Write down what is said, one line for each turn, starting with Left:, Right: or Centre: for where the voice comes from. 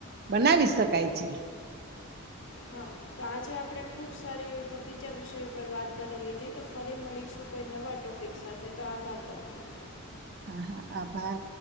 Right: બનાવી શકાય છે
Left: હા તો આજે આપણે ખૂબ સારી એવી બગીચા વિષય ઉપર વાત કરેલીીધી તો ફરી મળીશું કોઈ નવા ટોપિક સાથે તો આભાર તમારો
Right: હા હા આભાર